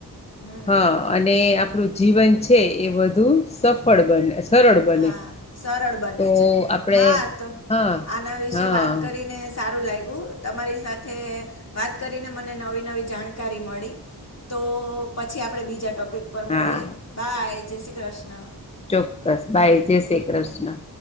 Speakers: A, on the left; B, on the left.
A: હમ
B: હા, અને આપણું જીવન છે, એ વધુ સફળ બને. સરળ બને
A: હા, સરળ બને
B: તો
A: છે,
B: આપણે
A: હા તો.
B: હા
A: આના વિશે
B: હા
A: કરીને સારું લાગ્યું. તમારી સાથે વાત કરીને, મને નવી-નવી જાણકારી મળી. તો પછી આપણેે બીજા ટોપિક પર
B: હા
A: મળીએ, બાય જય શ્રી કૃષ્ણ.
B: ચોક્કસ બાય, જય શ્રી કૃષ્ણ.